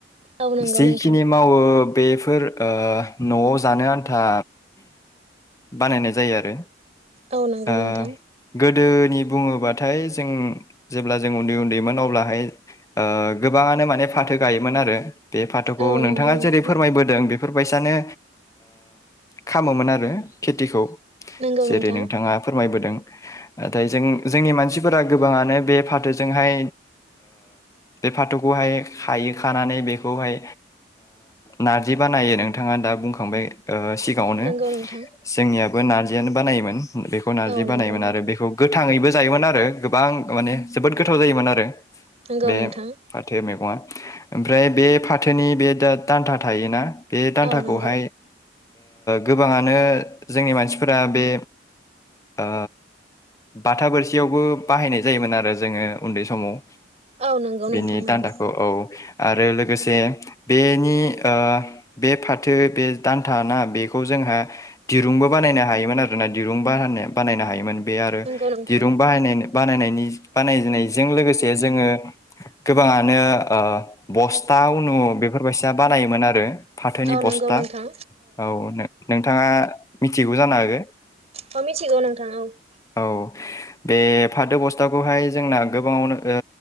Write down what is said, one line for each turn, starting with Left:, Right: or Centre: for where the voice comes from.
Right: औ नंगौ
Left: जिखिनि
Right: नोंथां
Left: मावो बेफोर न'आव जानो आन्था बानायनाय जायो आरो
Right: औ नंगौ
Left: ओ
Right: नोंथां।
Left: गोदोनि बुङोबाथाय जों जेब्ला जों उन्दै उन्दैमोन अब्लाहाय ओ गोबां नो फाथो गायोमोन आरो बे फाथोखौ
Right: औ नंगौ
Left: नोंथाङा
Right: नोंथां
Left: जेरै फोरमायबोदों बेफोरबायसानो खामोमोन आरो खेथिखौ
Right: नंगौ नोंथां
Left: जेरै नोंथाङा फोर मायबोदों नाथाय जों जोंनि मानसिफोरा गोबाङानो बे फाथोजोंहाय बे फाथौखौहाय खायो खानानै बेखौहाय नारजि बानायो नोंथाङा दा बुंखांबाय सिगाङावनो
Right: नंगौ नोंथां
Left: जोंनियाबो नारजियानो बानायोमोन बेखौ नारजि
Right: औ नंगौ
Left: बानायोमोन
Right: नोंथां
Left: आरो बेखौ गोथाङैबो जायोमोन आरो गोबां माने जोबोद गोथाव जायोमोन आरो
Right: नंगौ
Left: बे
Right: नोंथां
Left: फाथो मैगङा ओमफ्राय बे फाथोनि बे दा दान्था थायोना बे दान्थाखौहाय
Right: औ नंगौ
Left: गोबाङानो जोंनि मानसिफोरा बे ओ बाथा बोरसियावबो बाहायनाय जायोमोन आरो जोङो उन्दै समाव।
Right: औ नंगौ नोंथां
Left: बेनि
Right: नंगौ
Left: दान्दाखौ औ। आरो लोगोसे बेनि बे फाथो बे दान्था ना बेखौ जों दिरुंबो बानायनो हायोमोन आरोना दिरुं बानायनो बानायनो हायोमोन। बे आरो
Right: नंगौ नोंथां
Left: दिरुं बाहायनायनि बानायनायनि बानायनायजों लोगोसे जोङो गोबाङानो बस्था उनु बेफोरबायसा बानायोमोन आरो फाथोनि
Right: औ नंगौ
Left: बस्था
Right: नोंथां
Left: औ नोंथाङा मिथिगौ जानो हागौ
Right: औ मिथिगौ नोंथां औ
Left: औ
Right: <inaudible>
Left: बे फाथो बस्थाखौहाय जोंना गोबाङावनो ओ